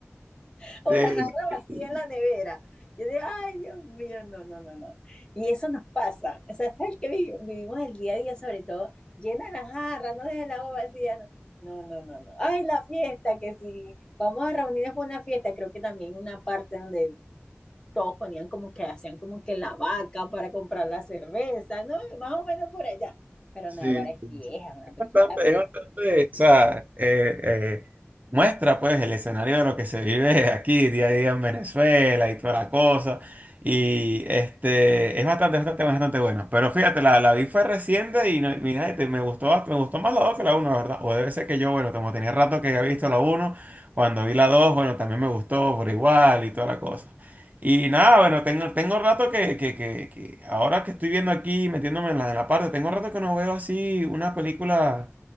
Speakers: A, on the left; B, on the right.
A: <laughs> o
B: sí,
A: la jarra
B: sí,
A: vacía en la nevera. Yo digo, ay, Dios mío, no, no, no, no. Y eso nos pasa. O sea, ¿sabes qué vivi- vivimos el día a día, sobre todo? Llena la jarra, no dejes el agua vacía. No, no, no, no. no. Ay, la fiesta, que si vamos a reunirnos por una fiesta, creo que también una parte donde todos ponían como que hacían como que la vaca para comprar la cerveza, ¿no? Más o menos por allá. Pero
B: sí,
A: Naguará es
B: sí.
A: vieja, una película
B: bastante, es bastante, o sea, eh, eh, muestra pues el escenario de lo que se vive aquí día a día en Venezuela y toda la cosa. Y este, es bastante, bastante, bastante buena. Pero fíjate, la, la vi fue reciente y no- mira, este, me gustó, bast- me gustó más la 2 que la uno la verdad. O debe ser que yo, bueno, como tenía rato que había visto la uno cuando vi la 2 bueno, también me gustó por igual y toda la cosa. Y nada, bueno, tengo, tengo rato que, que, que, que ahora que estoy viendo aquí, metiéndome en la, en la parte, tengo rato que no veo así una película,